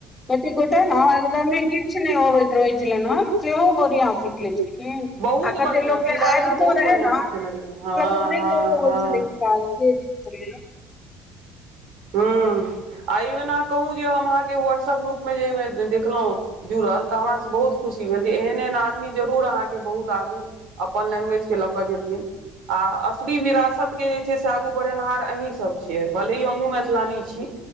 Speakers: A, on the left; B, on the right.
A: केते गोटा हँ हँ एकदमै नै किछ नैय होवेत आबैत रहै छेलैन से हो। िया सीख ले छलिन
B: बहुत
A: आ कते
B: बढ़िआँ
A: लोकके
B: सिलाइ
A: आबितो
B: अहाँ बहुत
A: रहे
B: बढ़िआँ
A: ने नहि
B: सिखेने रहियै हँ हँ
A: क
B: हँ
A: पैत छल। <unintelligible> की।
B: ह आ एहिमे अहाँ कहू जे हम अहाँके व्हाट्सअप ग्रुपमे जेमे देखलहुँ। जुड़ल तऽ हमरासँ बहुत खुशी भेल जे एहन एहन आदमी जरूर अहाँके बहुत आगू अपन लैंग्वेज के लऽ कऽ जेथिन। आऽ असली विरासत के जे छै से, आगू बढ़ेनहार अहीं सब छिय, भले ही हमहुँ मे थिलानी छी,